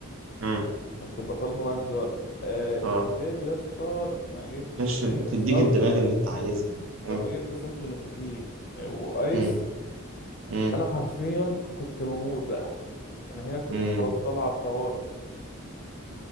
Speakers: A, on the right (about 65°); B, on the left (about 45°).
A: امم
B: كانت بتبقى طالبة معايا سيجارة آه
A: اه
B: الفيب يا اسطى لما جبت
A: مش
B: آه،
A: بتديك
B: سلط
A: الدماغ اللي انت عايزها مم.
B: لما جبت سلط نيكوتين وآيس
A: مم. مم.
B: انا حرفيا كنت بموت بقى انا هنا كنت
A: مم.
B: خلاص طالع على الطوارئ